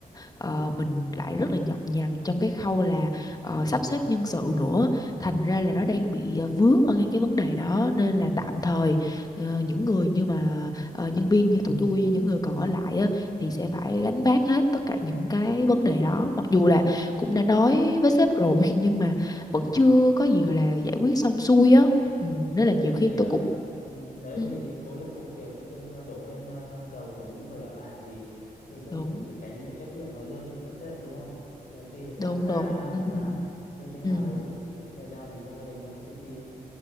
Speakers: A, on the left; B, on the left.
A: ờ, mình lại rất là nhọc nhằn trong cái khâu là ờ, sắp xếp nhân sự nữa thành ra là nó đang bị ờ, vướng ở ngay cái vấn đề đó nên là tạm thời ờ, những người như mà ờ, nhân viên như tụi tôi những người còn ở lại á, thì sẽ phải gánh vác hết tất cả những cái vấn đề đó mặc dù
B: đấy
A: là cũng đã nói với sếp rồi <laughs> nhưng mà vẫn chưa có gì gọi là giải quyết xong xuôi á Ừ,
B: đấy
A: rất là nhiều
B: tại vì
A: khi
B: ờ,
A: tôi cũng
B: ừ, đấy
A: ừ,
B: thì khối lượng công việc tự dưng ờ, đổ lên ờ, đầu của những người ở lại thì tự dưng
A: đúng
B: mình phải gánh nhiều trách nhiệm mà lương mình vẫn tệ đúng không nhiều khi phải tăng
A: đúng
B: ca
A: đúng
B: hoặc
A: ừ,
B: là như thế nào
A: ừ,
B: đấy cái thời gian dành cho gia đình nó lại ít đi